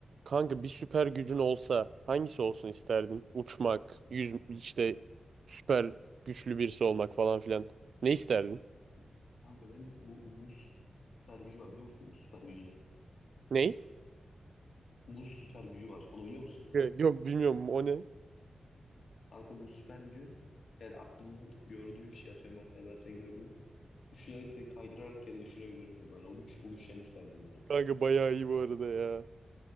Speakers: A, on the right; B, on the left.
A: Kanka bir süper gücün olsa hangisi olsun isterdin? Uçmak, yüz işte süper güçlü birisi olmak falan filan. Ne isterdin?
B: Kanka ben, kanka ben bu muz süper gücü var biliyor musun? Muz süper gücünü.
A: Ney?
B: Muz süper gücü var. Onu biliyor musun?
A: Ya, Yok bilmiyorum o ne?
B: Kanka muz süper gücü yani aklından gördüğün kişiyi atıyorum ben seni, ben seni gördüm. Düşünerek seni kaydırarak yere düşürebiliyorum kanka ben. O güç, o güçten isterdim ya.
A: Kanka bayağı iyi bu arada ya.